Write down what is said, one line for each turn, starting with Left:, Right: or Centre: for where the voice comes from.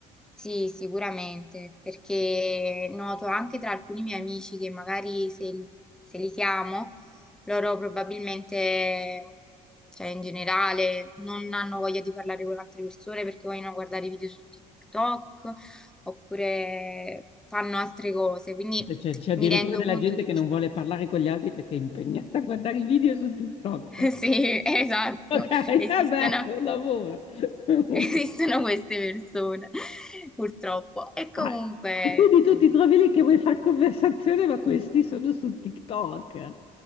Centre: Sì, sicuramente, perché noto anche tra alcuni miei amici che magari se, se li chiamo, loro probabilmente, cioè in generale, non hanno voglia di parlare con altre persone perché vogliono guardare video su TikTok oppure fanno altre cose, quindi
Left: Cioè, c'è c'è addirittura
Centre: mi rendo
Left: della
Centre: conto
Left: gente
Centre: di
Left: che
Centre: questa
Left: non vuole
Centre: cosa.
Left: parlare con gli altri perché è impegnata a guardare i video su TikTok.
Centre: <laughs> Sì, esatto,
Left: Ok, <laughs>
Centre: esistono,
Left: vabbè, è un lavoro.
Centre: <laughs>
Left: Comunque.
Centre: esistono queste persone, <laughs> purtroppo. E comunque...
Left: Ah, e quindi tu ti trovi lì che vuoi fare conversazione, ma questi sono su TikTok.